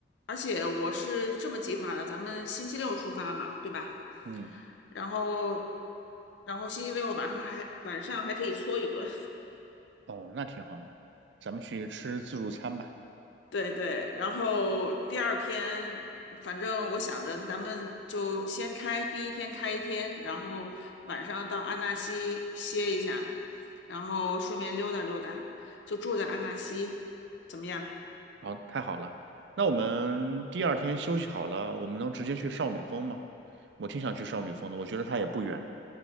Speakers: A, on the left; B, on the right.
A: 而且我是这么计划的，咱们星期六出发嘛，对吧？
B: 嗯，
A: 然后，然后星期六晚上还晚上还可以搓一顿，
B: 哦，那挺好的，咱们去吃自助餐吧。
A: 对对，然后第二天，反正我想着，那咱们就先开，第一天开一天，然后晚上到安纳西歇一下，然后顺便溜达溜达，就住在安纳西，怎么样？
B: 好，太好了。那我们第二天休息好了，我们能直接去少女峰吗？我挺想去少女峰的，我觉得它也不远，